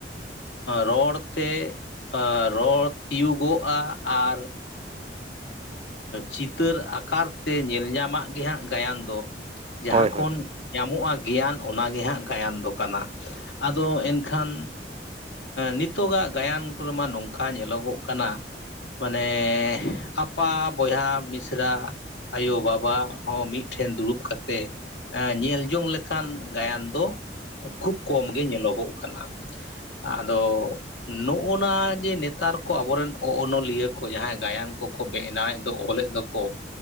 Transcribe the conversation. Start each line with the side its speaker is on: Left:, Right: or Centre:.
Left: ᱨᱚᱲ ᱛᱮ ᱨᱚᱲ ᱛᱤᱭᱩᱜᱚᱜᱼᱟ, ᱟᱨ ᱪᱤᱛᱟᱹᱨ ᱟᱠᱟᱨ ᱛᱮ ᱧᱮᱞ ᱧᱟᱢᱟᱜ ᱜᱮᱦᱟᱸᱜ ᱜᱟᱭᱟᱱ ᱫᱚ᱾ ᱡᱟᱦᱟᱸ
Right: ᱦᱳᱭ ᱦᱳᱭ
Left: ᱠᱷᱚᱱ
Right: ᱦᱳᱭ
Left: ᱧᱟᱢᱚᱜᱼᱟ ᱜᱮᱭᱟᱱ ᱚᱱᱟᱜᱮ ᱦᱟᱸᱜ ᱜᱟᱭᱟᱱ ᱫᱚ ᱠᱟᱱᱟ᱾ ᱟᱫᱚ ᱮᱱᱠᱷᱟᱱ ᱱᱤᱛ ᱱᱤᱛᱚᱜ ᱜᱟᱜ ᱜᱟᱭᱟᱱ ᱠᱚ ᱨᱮᱢᱟ ᱱᱚᱝᱠᱟ ᱧᱮᱞᱚᱜᱚᱜ ᱠᱟᱱᱟ᱾ ᱢᱟᱱᱮ, ᱟᱯᱟ, ᱵᱚᱭᱦᱟ, ᱢᱤᱥᱨᱟ ᱟᱭᱚ ᱵᱟᱵᱟ ᱦᱚᱸ ᱢᱤᱫ ᱴᱷᱮᱱ ᱫᱩᱲᱩᱵ ᱠᱟᱛᱮᱜ᱾ ᱮᱸ ᱧᱮᱞ ᱡᱚᱝ ᱞᱮᱠᱟᱱ ᱜᱟᱭᱟᱱ ᱫᱚ ᱠᱷᱩᱵ ᱠᱚᱢ ᱜᱮ ᱧᱮᱞᱚᱜᱚᱜ ᱠᱟᱱᱟ᱾ ᱟᱫᱚ ᱱᱚᱜᱼᱚ ᱱᱟ ᱡᱮ ᱱᱮᱛᱟᱨ ᱠᱚ ᱟᱵᱚᱨᱤᱱ ᱚᱱᱚᱞᱤᱭᱟᱹ ᱠᱚ ᱡᱟᱦᱟᱸᱭ ᱜᱟᱭᱟᱱ ᱠᱚᱠᱚ ᱵᱮᱱᱟᱣᱮᱫ ᱫᱚ ᱚᱞᱮᱫ ᱫᱚ ᱠᱚ